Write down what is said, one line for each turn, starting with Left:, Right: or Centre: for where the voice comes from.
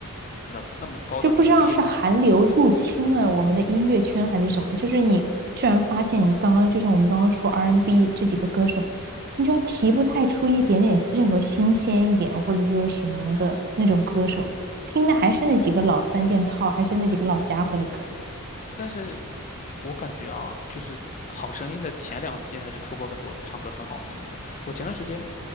Left: 能那么高的能力吧，
Right: 就不知道是韩流入侵了我们的音乐圈还是什么，就是你居然发现你刚刚就像我们刚刚说 R&B n 这几个歌手，你居然提不太出一点点任何新鲜一点或者说什么的那种歌手了听的还是那几个老三件套，还是那几个老家伙的歌，
Left: 但是我感觉啊，就是好声音的前两季还是出过很多唱歌很好听的，我前段时间